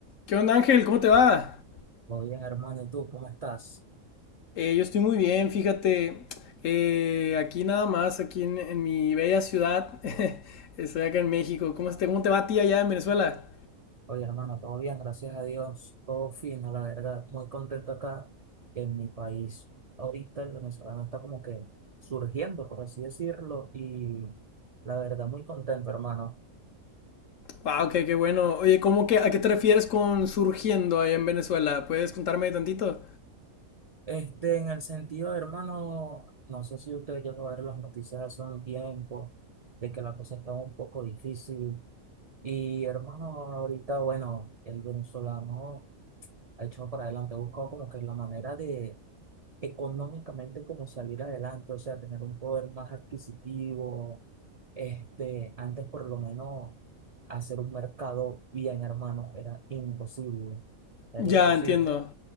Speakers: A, on the left; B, on the right.
A: ¿Qué onda, Ángel? ¿Cómo te va?
B: Muy bien, hermano. ¿Y tú cómo estás?
A: Eh, yo estoy muy bien, fíjate. Eh, aquí nada más, aquí en, en mi bella ciudad. <laughs> Estoy acá en México. ¿Cómo, este- cómo te va a ti allá en Venezuela?
B: Oye, hermano, todo bien, gracias a Dios. Todo fino, la verdad. Muy contento acá en mi país. Ahorita el venezolano está como que surgiendo, por así decirlo, y la verdad, muy contento, hermano.
A: Wow, qué, qué bueno. Oye, ¿cómo que, a qué te refieres con surgiendo allá en Venezuela? ¿Puedes contarme tantito?
B: Este, en el sentido, hermano, no sé si ustedes ya ver las noticias hace un tiempo de que la cosa está un poco difícil. Y, hermano, ahorita, bueno, el venezolano ha hecho para adelante, ha buscado como que la manera de económicamente como salir adelante, o sea, tener un poder más adquisitivo, este, antes por lo menos hacer un mercado bien, hermano, era imposible, era
A: Ya,
B: imposible.
A: entiendo.